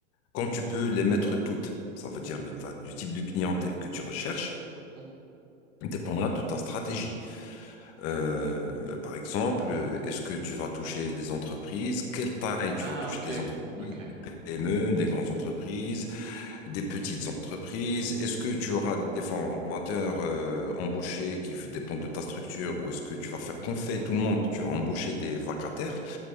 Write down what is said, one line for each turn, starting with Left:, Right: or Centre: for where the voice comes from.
Left: Quand tu peux les mettre toutes, ça veut dire le ta- du type de clientèle que tu recherches
Right: mhm.
Left: dépendra de ta stratégie. Euh, par exemple, euh, est-ce que tu vas toucher des entreprises? Quelle taille tu
Right: Ah,
Left: vas toucher
Right: ok,
Left: des entreprises?
Right: ok.
Left: Des PME, des grandes entreprises, des petites entreprises? Est-ce que
Right: Ouais.
Left: tu auras des formateurs euh, embauchés qui f- dépendent de ta structure ou est-ce que tu vas faire qu'on fait tout le monde? Tu vas embaucher des vacataires